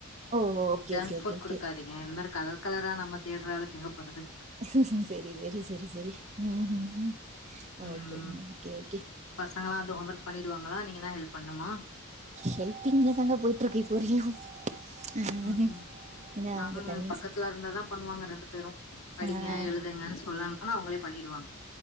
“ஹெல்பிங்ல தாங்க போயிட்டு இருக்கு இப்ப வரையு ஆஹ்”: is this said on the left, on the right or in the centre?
Right